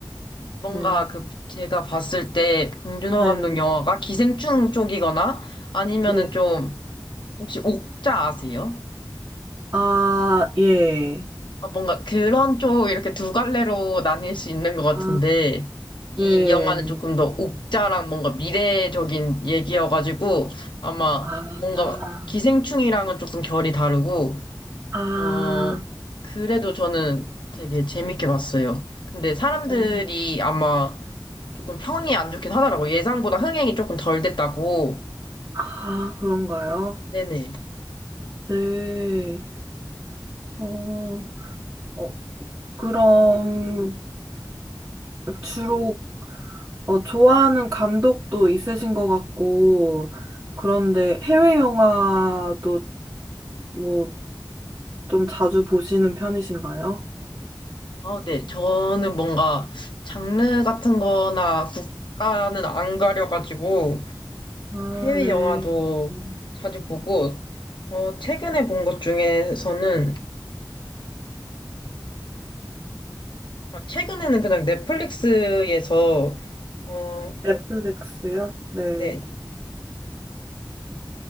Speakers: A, on the left; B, on the right.
A: 뭔가
B: 네.
A: 그 제가 봤을 때 봉준호
B: 네.
A: 감독 영화가 기생충 쪽이거나 아니면은
B: 네.
A: 좀 혹시 옥자 아세요?
B: 아, 예.
A: 아, 뭔가 그런 쪽 이렇게 두 갈래로 나뉠 수 있는 것 같은데
B: 아,
A: 이
B: 예.
A: 영화는 조금 더 옥자랑 뭔가 미래적인 얘기여가지고 아마
B: 아,
A: 뭔가 기생충이랑은 조금 결이 다르고
B: 아.
A: 어 그래도 저는 되게 재밌게 봤어요. 근데 사람들이
B: 어,
A: 아마 조금 평이 안 좋긴 하더라고. 예상보다 흥행이 조금 덜 됐다고.
B: 아, 그런가요?
A: 네네.
B: 네. 어, 어, 그럼 주로 어, 좋아하는 감독도 있으신 것 같고, 그런데 해외 영화도 뭐 좀 자주 보시는 편이신가요?
A: 아, 네. 저는 뭔가 장르 같은 거나 국가는 안 가려가지고
B: 아,
A: 해외
B: 네.
A: 영화도
B: 음,
A: 자주 보고, 어, 최근에 본 것 중에서는, 아, 최근에는 그냥 넷플릭스에서, 어,
B: 넷플릭스요? 네.
A: 네.